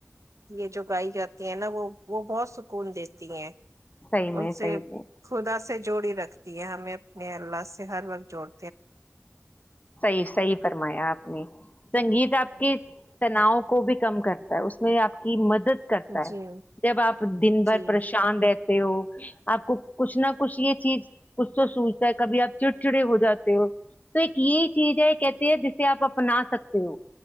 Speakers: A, on the right (about 85°); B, on the left (about 30°).
A: یہ جو گائی جاتی ہیں نا وہ وہ بہت سکون دیتی ہیں
B: صحیح میں
A: ان سے
B: صحیح میں
A: خدا سے جوڑی رکھتی یہ ہمیں اپنے اللہ سے ہر وقت جوڑ
B: صحیح صحی فرمایا آپ نے سنگیت آپ کے تناؤ کو کم کرتا ہے اس میں آپ کی مدد کرتا ہے
A: جی
B: جب آپ دن بھر
A: جی
B: پریشان رہتے ہو آپ کو کچھ نہ کچھ یہ چیز کچھ تو سوچتا ہے کبھی آپ چڑ چڑے ہو جاتے ہو تو ایک یہ چیز ہے کہتے ہے جسے آپ اپنا سکتے ہو